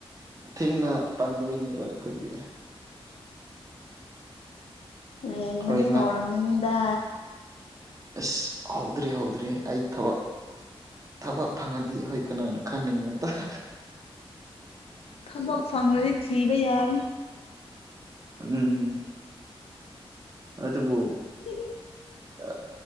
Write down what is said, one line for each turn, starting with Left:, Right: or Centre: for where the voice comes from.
Right: ꯊꯦꯡꯅ ꯄꯥꯟꯗꯣꯏꯅꯦꯕ ꯑꯩꯈꯣꯏꯗꯤ
Left: ꯎ ꯂꯡꯕꯗꯤ
Right: ꯍꯣꯏ ꯉꯥ
Left: ꯍꯧꯔꯝꯃꯤꯅꯤꯗ
Right: ꯑꯁ ꯍꯥꯎꯗ꯭ꯔꯤ ꯍꯥꯎꯗ꯭ꯔꯤ ꯑ ꯊꯕꯛ ꯊꯕꯛ ꯐꯪꯉꯗꯤ ꯑꯩꯈꯣꯏ ꯀꯅꯥꯅ ꯈꯪꯅꯤꯡꯉꯇꯥꯦ
Left: ꯊꯕꯛ ꯐꯪꯕꯗꯤ ꯊꯤꯕ ꯌꯥꯔꯦ
Right: ꯎꯝ ꯑꯗꯨꯗꯕꯨꯣ
Left: ꯍ
Right: ꯑ